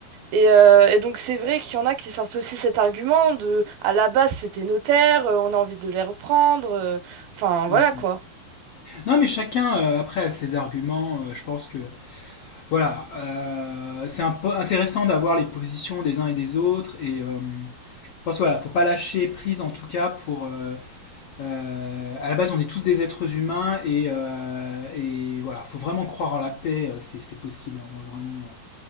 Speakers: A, on the right (about 75°); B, on the left (about 75°).
A: Et, euh, et donc c'est vrai qu'il y en a qui sortent aussi cet argument de à la base c'était nos terres, euh, on a envie de les reprendre, euh, enfin
B: Ouais.
A: voilà quoi.
B: Non, mais chacun, euh, après, a ses arguments. euh, je pense que, voilà, euh, c'est un peu intéressant d'avoir les positions des uns et des autres. Et euh, je pense, voilà, faut pas lâcher prise, en tout cas, pour, euh, Euh, à la base, on est tous des êtres humains et, euh, et voilà, faut vraiment croire en la paix, euh, c'est c'est possible, hein, moi, vraiment.